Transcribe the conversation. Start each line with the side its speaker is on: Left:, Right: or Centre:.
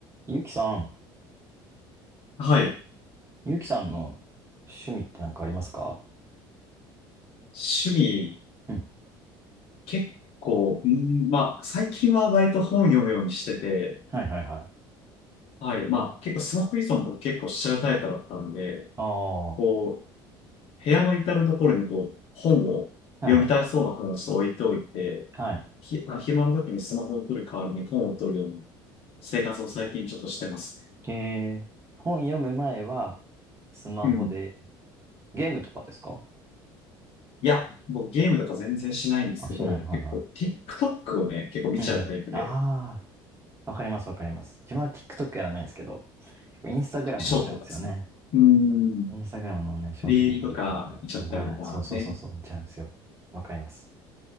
Right: ゆうきさん、
Left: はい。
Right: ゆうきさんの趣味って何かありますか
Left: 趣味、
Right: うん。
Left: 結構、うん、まあ、最近は割と本読むようにしてて、
Right: はいはいはい。
Left: はい。まあ、結構スマホ依存とか結構しちゃうタイプだったんで、
Right: ああ、は
Left: こう、部屋の至るところにこう、本を、
Right: いはいはい。
Left: 読みたそうな本をちょっと置いておいて、
Right: は
Left: ひ、まあ、暇の時にスマホを取る代わりに本を取るような生活を最近ちょっとしてますね。
Right: い。えー、本読む前は、スマホで、
Left: うん。
Right: ゲームとかですか
Left: いや、僕ゲームとか全然しないんですけど、
Right: あ、しない。はいは
Left: 結構 TikTok をね、結構見ちゃうタイプで、
Right: い。うんうん。ああ、わかりますわかります。自分は TikTok やらないんですけど、結構インスタグラム見ちゃうんですよね。
Left: ショートとかですね。うん。
Right: インスタグラムのね、ショート動画めちゃめちゃ、
Left: リールとか見ちゃったりとかね。
Right: うまい。そうそうそうそう、見ちゃうんですよ。わかります。